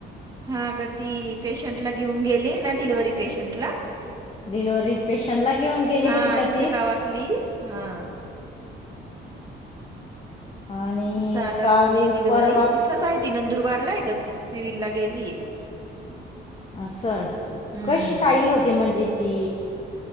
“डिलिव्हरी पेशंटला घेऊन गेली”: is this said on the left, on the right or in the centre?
Left